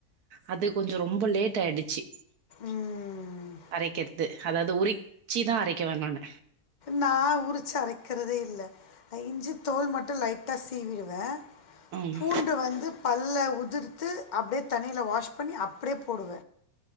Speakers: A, on the right (about 85°); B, on the left (about 40°).
A: அது கொஞ்சோ ரொம்ப லேட் ஆயிடுச்சு.
B: ம்.
A: அரைக்கிறது அதாவது உரி. உரிச்சிதா அரைக்குவ நானு.
B: நா ஊரிச்சு அரைக்கிறதே இல்ல. இஞ்சி தோல் மட்டும் லைட்டா சீவிடுவ.
A: ம்
B: பூண்டு வந்து பல்ல உ. உதிர்த்து அப்படியே தண்ணியில வாஷ் பண்ணி அப்படியே போடுவ.